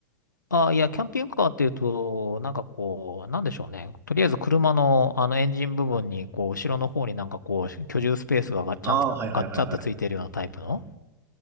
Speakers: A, on the left (about 90°); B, on the right (about 25°).
A: ああ、いや、キャンピングカーっていうと、なんかこう、なんでしょうね。とりあえず車の、あの、エンジン部分に、こう、後ろの方になんかこう、居住スペースがガッチャンと、
B: ああ、はいはいはいはい。
A: ガッチャンとついてるようなタイプの